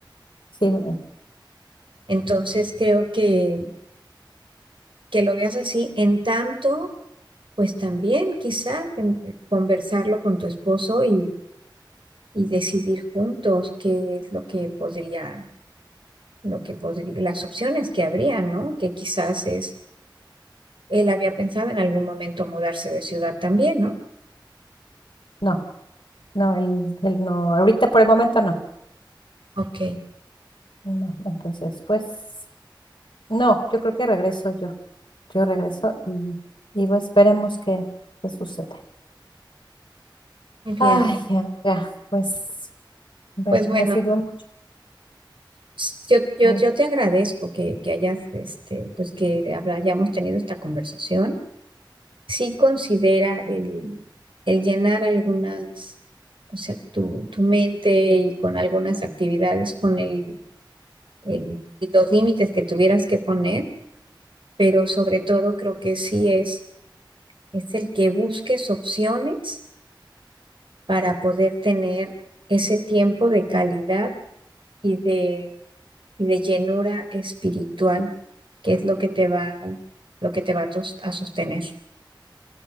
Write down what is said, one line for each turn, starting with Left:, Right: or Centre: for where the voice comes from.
Left: Sí, un año.
Right: Entonces creo que, que lo veas así. En tanto, pues también quizás em, conversarlo con tu esposo y y decidir juntos qué es lo que podría, lo que podría, las opciones que habría, ¿no? Que quizás es, él había pensado en algún momento mudarse de ciudad también, ¿no?
Left: No, no, el, el no. Ahorita por el momento no.
Right: Ok,
Left: No, entonces, pues, no, yo creo que regreso yo. Yo regreso y, y bueno esperemos que, que suceda.
Right: muy bien.
Left: Ay, amiga, pues, bueno,
Right: Pues bueno,
Left: me sirvió mucho,
Right: s- yo, yo,
Left: mucho.
Right: yo te agradezco que, que hayas, este, pues que habla- hayamos tenido esta conversación. Sí considera el, el llenar algunas, o sea, tu, tu mente y con algunas actividades, con el, el- los límites que tuvieras que poner pero sobre todo creo que sí es, es el que busques opciones para poder tener ese tiempo de calidad y de, y de llenura espiritual, que es lo que te va, lo que te va a, tos- a sostener.